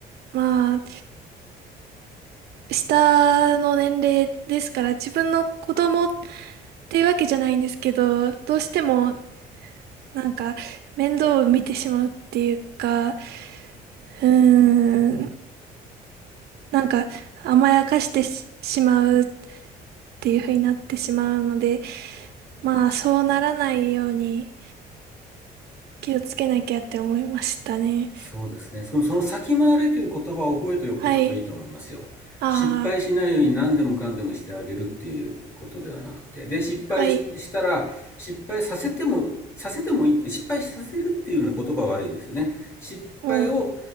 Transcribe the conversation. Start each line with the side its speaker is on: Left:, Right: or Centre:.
Right: まあ、下の年齢ですから、自分の子供っていうわけじゃないんですけど、どうしてもなんか面倒を見てしまうっていうか、うーん、なんか甘やかしてし、しまうっていう風になってしまうので、まあそうならないように気をつけなきゃって思いましたね。
Left: そうですね。その、その先回れという言葉を覚えておくといいと思いますよ。
Right: はい。ああ、
Left: 失敗しないように何でもかんでもしてあげるっていうことではなくて。で、失敗したら、
Right: はい。
Left: 失敗させても、させてもいい。失敗させるっていうような言葉は悪いんですよね。失敗を
Right: おう。